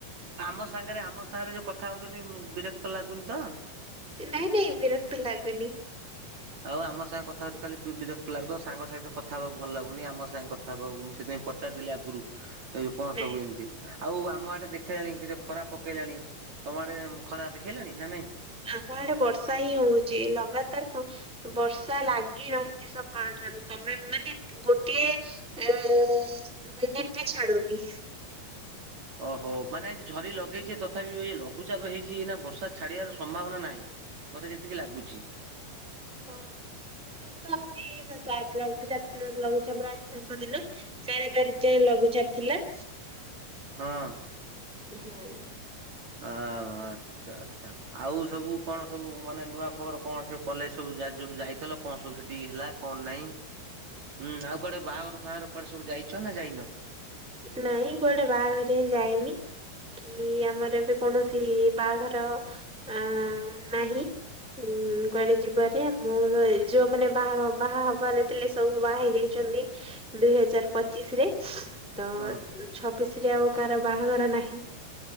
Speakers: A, on the right; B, in the centre.
A: ଆମ ସାଙ୍ଗରେ ଆମ ସାଙ୍ଗରେ ଯୋଉ କଥା ହୋଉଚନ୍ତି ବିରକ୍ତ ଲାଗୁନି ତ।
B: ନାଇଁ ନାଇଁ ବିରକ୍ତ ଲାଗୁନି।
A: ଆଉ ଆମ ସାଙ୍ଗେ କଥା ହଉଚ କାଲି ବିରକ୍ତ ଲାଗୁ ତ ସାଙ୍ଗସାଥି ସହିତ କଥା ହବା ଭଲ ଲାଗୁନି ଆମ ସାଙ୍ଗ କ କଥା ହବାକୁ ମୁଁ ସେଥିପାଇଁ ପଚାରିଥିଲି ଆଗରୁ ଏ ଯେଉ କଣ
B: ନାଇଁ।
A: ସବୁ ଏମିତି। ଆଉ ଆମ ଆଡେ ଦେଖେଇଲାଣି କି ଯ ଖରା ପକେଇଲାଣି ତମ ଆଡେ ଖରା ଦେଖେଇଲାଣି ନା ନାଇଁ।
B: ଆମ ଆଡେ ବର୍ଷା ହିଁ ହଉଚି ଲଗାତାର କଣ ବର୍ଷା ଲାଗି ରହିଚି ସକାଳ ଠାରୁ ତମେ ମାନେ ଗୋଟିଏ ଏ ମିନିଟ୍ ବି ଛାଡୁନି।
A: ଓହୋ ମାନେ ଯି ଝରି ଲଗେଇଛି ତଥାବି ବି ଲଘୁଚାପ ହେଇଚି ନା ବର୍ଷା ଛାଡିଆର ସମ୍ଭାବନା ନାହିଁ। ମତେ ଯେତିକି ଲାଗୁଚି।
B: ହଁ ଲଘୁଚାପ ତ ଆଜି ଲଘୁଚାପ ଲଘୁଚାପ ର ଆଜି ଶେଷ ଦିନ। ଚାରି ତାରିକ୍ ଯାଏ ଲଘୁଚାପ ଥିଲା।
A: ହଁ।
B: ହଁ।
A: ଆଁ ଆଚ୍ଛା ଆଚ୍ଛା ଆଉ ସବୁ କଣ ସବୁ ମାନେ ନୂଆ ଖବର କଣ ସବୁ କଲେଜ ସବୁ ଯାଇଥିଲ। କଣ ସବୁ ସେଠି ହେଲା କଣ ନାଇଁ। ହୁଁ ଆଉ କୁଆଡେ ବାହାଘର ଫାଆଘର କୁଆଡେ ସବୁ ଯାଇଛ ନା ଯାଇନ।
B: ନାଇଁ କୁଆଡେ ବାହାଘରିଆ ଯାଇନି। କି ଆମର ଏବେ କୌଣସି ବାହାଘର ଅ ନାହିଁ। ହୁଁ କହିଲେ ଯିବ
A: ହଁ
B: ଯେ ମୋର ଯୋଉମାନେ ବାହା ବାହା ହବାରେ ଥିଲେ ସବୁ ବାହା ହେଇ ଯାଇଚନ୍ତି। ଦୁଇ ହଜାର ପଚିଶି ରେ ତ
A: ହଁ
B: ଛବିଶି ରେ ଆଉ କାହାର ବାହାଘର ନାହିଁ।